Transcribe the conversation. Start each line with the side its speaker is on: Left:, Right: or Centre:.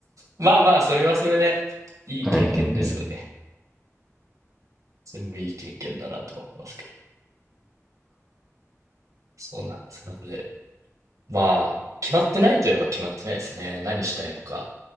Right: まあまあ、それはそれで、いい経験ですよね。
Centre: はいはいはい。
Right: 全部いい経験だなと思いますけど。そうなんです。なので、まあ、決まってないといえば決まってないですね。何したいのか。